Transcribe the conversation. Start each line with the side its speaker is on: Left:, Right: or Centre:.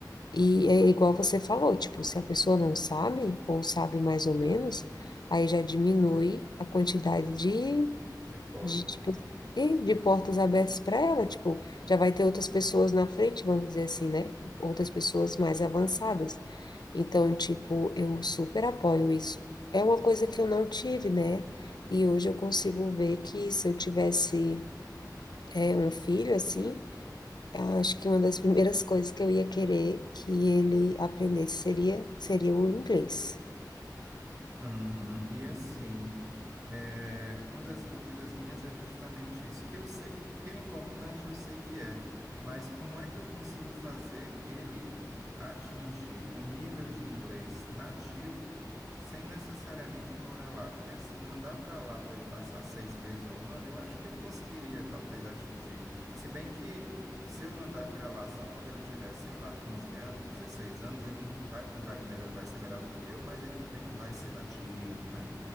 Left: E é igual você falou, tipo, se a pessoa não sabe, ou sabe mais ou menos, aí já diminui a quantidade de,
Right: De portas,
Left: de tipo,
Right: né?
Left: e de portas abertas para ela, tipo, já vai ter outras pessoas na frente, vamos dizer assim, né? Outras pessoas mais avançadas. Então, tipo, eu super apoio isso. É uma coisa que eu não tive, né? E hoje eu consigo ver que se eu tivesse, é, um filho assim Acho que uma das primeiras coisas que eu ia querer que ele aprendesse seria, seria o inglês.
Right: Uhum. E assim, É, uma das dúvidas minhas é justamente isso, que eu sei que que é importante, eu sei que é, mas como é que eu consigo fazer ele atingir o nível de inglês nativo sem necessariamente morar lá? Porque assim, mandar para lá para ele passar seis meses ou um ano, eu acho que ele conseguiria talvez atingir. Se bem que se eu mandar para lá só quando ele tiver, sei lá, 15 anos, 16 anos, ele não vai, ele vai, melhor, vai ser melhor do que eu, mas ainda também não vai ser nativo, né?